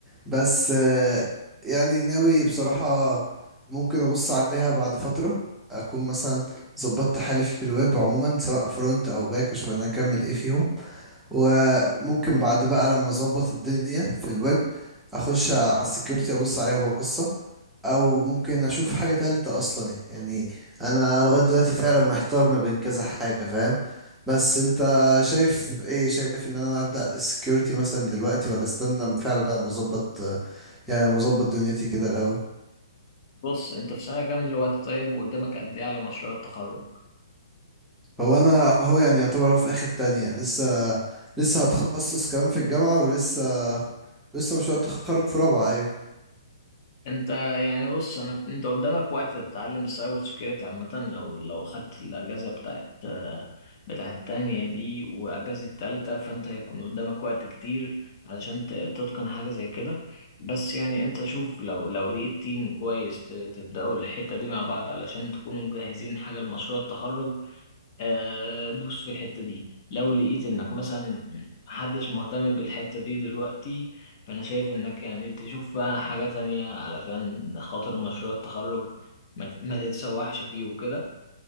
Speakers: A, in the centre; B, on the left (about 45°).
A: بس آه، يعني ناوي بصراحة ممكن أبص عليها بعد فترة أكون مثلا ظبطت حالي في الويب عموما سواء فرونت أو باك أشوف أنا أكمل إيه فيهم وممكن بعد بقى لما أظبط الدنيا في الويب أخش على السكيورتي أبص عليها ببصة أو ممكن أشوف حاجة تالتة أصلا يعني أنا لغاية دلوقتي فعلا محتار ما بين كذا حاجة فاهم بس أنت شايف إيه شايف إن أنا أبدأ السكيورتي مثلا دلوقتي ولا استنى فعلا ما أظبط يعني مظبط دنيتي كده الاول
B: بص انت في سنة كام دلوقتي طيب وقدامك قد ايه على مشروع التخرج
A: هو انا هو يعني يعتبر هو في اخر تانية لسه لسه هتخصص كمان في الجامعة ولسه لسه مشروع التخرج في رابعة ايوه
B: انت يعني بص انا انت قدامك وقت تتعلم السايبر سكيورتي عامة لو لو خدت الاجازة بتاعت بتاعت التانية دي واجازة التالتة فانت هيكون قدامك وقت كتير علشان ت- تتقن حاجة زي كده بس يعني انت شوف لو لو لقيت تيم كويس ت- تبدأوا الحتة دي مع بعض علشان تكونوا مجهزين حاجة لمشروع التخرج آه، دوس في الحتة دي لو لقيت انك مثلا محدش مهتم بالحتة دي دلوقتي فانا شايف انك يعني تشوف بقى حاجة تانية علشان خاطر مشروع التخرج ما تت- ما تتسوحش فيه وكده